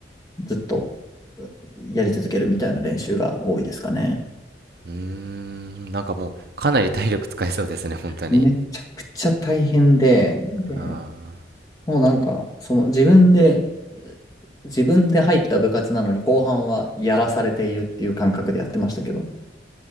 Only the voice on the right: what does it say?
うーん、なんかもう、かなり体力使いそうですね、本当に。
あ